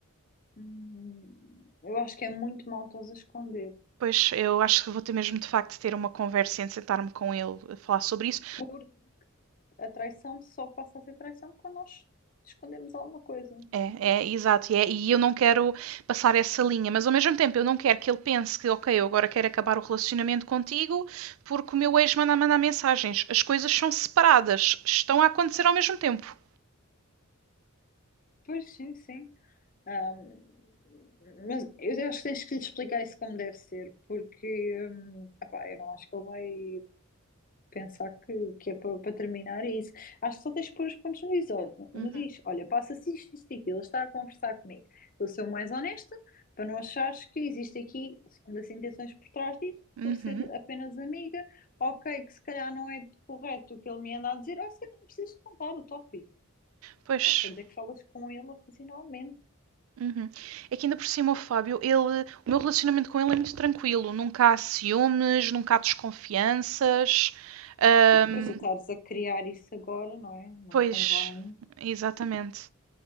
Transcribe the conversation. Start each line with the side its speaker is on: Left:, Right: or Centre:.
Left: Hum, Eu acho que é muito mal estás a esconder.
Right: Pois eu acho que vou ter mesmo de facto de ter uma conversa e sentar-me com ele a falar sobre isso,
Left: Por a traição só passa a ser traição quando nós escondemos alguma coisa.
Right: É, é, exato. E, é- e eu não quero passar essa linha, mas ao mesmo tempo eu não quero que ele pense que, ok, eu agora quero acabar o relacionamento contigo porque o meu ex manda mandar mensagens. As coisas são separadas, estão a acontecer ao mesmo tempo.
Left: Pois sim, sim. Hum, mas eu acho que tens que lhe explicar isso como deve ser, porque hum, epá, eu não acho que ele vai. pensar que, que é para, para terminar é isso. Acho que só tens de pôr os pontos nos is. Olha, nos
Right: Uhum.
Left: is. Olha, passa-se isto, isto e aquilo. Ele está a conversar comigo. Eu sou mais honesta para não achares que existe aqui segundas intenções por trás disso.
Right: Uhum.
Left: Estou a ser apenas amiga. Ok, que se calhar não é correto o que ele me anda a dizer. Ou seja, não precisas contar o tópico.
Right: Pois.
Left: Podes só dizer que falas com ele ocasionalmente.
Right: Uhum. É que ainda por cima o Fábio, ele, o meu relacionamento com ele é muito tranquilo. Nunca há ciúmes, nunca há desconfianças. Ahm,
Left: E depois de estares a criar isso agora, não é? Não
Right: pois,
Left: convém.
Right: exatamente.